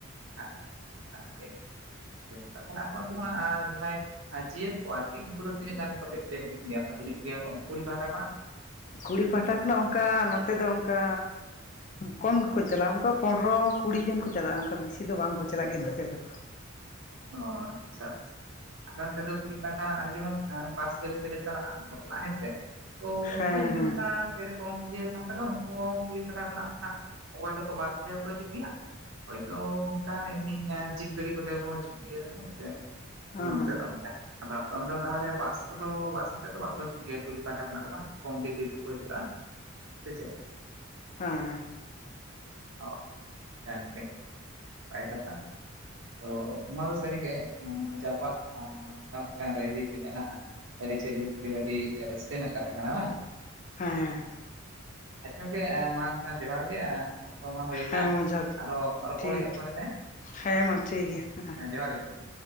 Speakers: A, on the right; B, on the left.
A: ᱟᱪᱪᱷᱟ ᱵᱷᱟᱜᱮ <unintelligible> ᱛᱟᱦᱚᱞᱮ ᱟᱯᱮ ᱚᱱᱛᱮ ᱠᱷᱚᱱᱟᱜ ᱡᱟᱦᱟᱸᱭ ᱟᱨ ᱡᱤᱭᱟᱹᱛ ᱠᱚ ᱟᱨᱠᱤ ᱩᱱᱠᱩ ᱫᱚ ᱛᱤᱱᱟᱹᱜ ᱜᱟᱱ ᱠᱚᱛᱮᱫ ᱛᱮ ᱦᱤᱡᱩᱜ ᱜᱮᱭᱟ ᱠᱚ ᱦᱤᱡᱩᱜ ᱜᱮᱭᱟ ᱠᱚ ᱠᱩᱲᱤ ᱯᱟᱦᱴᱟ ᱠᱷᱚᱱᱟᱜ?
B: ᱠᱩᱲᱤ ᱯᱟᱦᱴᱟ ᱠᱷᱚᱱᱟᱜ ᱚᱱᱠᱟ ᱱᱚᱛᱮ ᱫᱚ ᱚᱱᱠᱟ ᱠᱚᱢ ᱜᱮᱠᱚ ᱪᱟᱞᱟᱜᱼᱟ ᱚᱱᱠᱟ ᱯᱚᱱᱫᱨᱚ ᱠᱩᱲᱤ ᱡᱚᱱ ᱠᱚ ᱪᱟᱞᱟᱜᱼᱟ ᱚᱱᱱᱠᱟ ᱵᱮᱥᱤ ᱫᱚ ᱵᱟᱝᱠᱚ ᱪᱟᱞᱟᱜᱼ ᱠᱤᱱᱛᱩ ᱱᱚᱛᱮ ᱫᱚ᱾
A: ᱚ ᱟᱪᱪᱷᱟ ᱟᱪᱪᱷᱟ᱾ ᱟᱞᱮ ᱚᱱᱛᱮ ᱫᱚ ᱠᱩᱲᱤ ᱯᱟᱦᱴᱟ ᱡᱮᱢᱚᱱ ᱵᱟᱥ ᱜᱟᱹᱰᱤ ᱛᱮᱞᱮ ᱪᱟᱞᱟᱜᱼᱟ ᱵᱟᱯᱞᱟᱜ ᱦᱮᱸ ᱥᱮ, ᱛᱚ
B: ᱦᱮᱸ
A: ᱩᱱᱠᱩ ᱡᱩᱫᱤ
B: ᱦᱮᱸ
A: ᱚᱱᱠᱟ ᱥᱮ ᱨᱮᱠᱚᱢ ᱤᱭᱟᱹ ᱛᱟᱦᱮᱱ ᱛᱟᱠᱚ ᱣᱟᱱ ᱩᱱᱠᱩ ᱦᱚᱸ ᱠᱩᱲᱤ ᱯᱟᱦᱴᱟ ᱠᱷᱚᱱᱟᱜ ᱫᱚ ᱦᱟᱸᱜ ᱚᱠᱚᱭ ᱫᱚᱠᱚ ᱵᱟᱥ ᱛᱮ ᱦᱚᱸ ᱠᱚ ᱦᱤᱡᱩᱜ ᱜᱮᱭᱟ ᱚᱠᱚᱭ ᱫᱚ ᱚᱱᱠᱟ ᱮᱢᱱᱤ ᱡᱤᱯ ᱜᱟᱹᱰᱤ ᱠᱚᱛᱮ ᱦᱚᱸ ᱠᱚ ᱦᱤᱡᱩᱜ ᱜᱮᱭᱟ ᱦᱮᱸ ᱥᱮ
B: ᱦᱮᱸ
A: ᱟᱞᱮ ᱱᱚᱱᱛᱮ ᱫᱚ᱾ ᱟᱫᱚ ᱟᱯᱮ ᱚᱱᱛᱮ ᱫᱚ ᱛᱟᱦᱞᱮ ᱵᱟᱥ ᱠᱚᱫᱚ ᱵᱟᱥ ᱟᱛᱮᱫ ᱫᱚ ᱵᱟᱠᱚ ᱦᱤᱡᱩᱜ ᱜᱮᱭᱟ ᱠᱩᱲᱤ ᱯᱟᱦᱟᱴᱟ ᱠᱷᱚᱱᱟᱜ ᱫᱚ ᱵᱟᱝ? ᱠᱚᱢ ᱜᱮ ᱡᱤᱭᱟᱹᱛ ᱠᱚᱠᱚ ᱦᱤᱡᱩᱜᱼᱟ ᱥᱮ ᱪᱮᱫ?
B: ᱦᱮᱸ
A: ᱚ ᱡᱟᱜᱜᱮ ᱯᱟᱭ ᱠᱟᱛᱷᱟ, ᱛᱚ ᱱᱚᱣᱟ ᱫᱚ ᱥᱟᱹᱨᱤᱜᱮ ᱮᱸ ᱱᱚᱜᱼᱚᱭ ᱡᱮ ᱟᱵᱩᱣᱟᱜ ᱮᱸ ᱚᱝᱠᱟ ᱢᱤᱫᱴᱟᱝ ᱨᱟᱹᱭ ᱨᱤᱛ ᱢᱮᱱᱟᱜᱼᱟ ᱟᱹᱨᱤᱪᱟᱹᱞᱤ ᱥᱟᱨᱤᱜᱮ ᱟᱹᱰᱤ ᱨᱟᱹᱥᱠᱟᱹ ᱨᱮᱱᱟᱜ ᱠᱟᱛᱷᱟ ᱠᱟᱱᱟ ᱵᱟᱝ?
B: ᱦᱮᱸ
A: ᱟᱪᱷᱟ ᱚᱝᱠᱮ ᱢᱟ ᱮᱠᱷᱟᱱ ᱡᱚᱦᱟᱨ ᱜᱮ ᱮᱸ ᱚᱠᱛᱚ ᱢᱟ ᱦᱩᱭ ᱟᱠᱟᱱ
B: ᱦᱮᱸ ᱢᱟ ᱡᱚᱦᱟᱨ ᱜᱮ
A: ᱟᱨᱚ ᱨᱚᱯᱚᱲ
B: ᱴᱷᱤᱠ
A: ᱦᱩᱭᱩᱜᱼᱟ
B: ᱜᱮᱭᱟ
A: ᱯᱚᱨᱮᱛᱮ ᱦᱮᱸ᱾
B: ᱦᱮᱸ ᱢᱟ ᱴᱷᱤᱠ ᱜᱮᱭᱟ᱾ ᱦᱮᱸ
A: ᱦᱮᱸ ᱡᱚᱦᱟᱨ ᱜᱮ ᱜᱚᱝᱠᱮ᱾